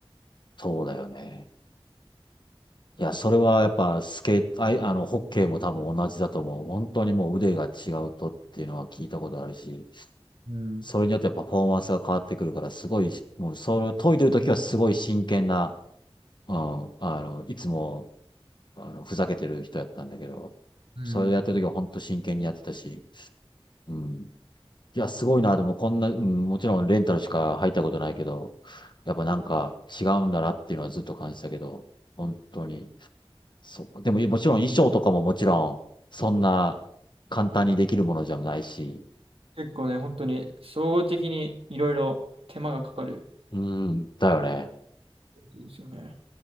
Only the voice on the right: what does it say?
うん。
うん。
結構ね、本当に、総合的にいろいろ手間がかかる
んですよね。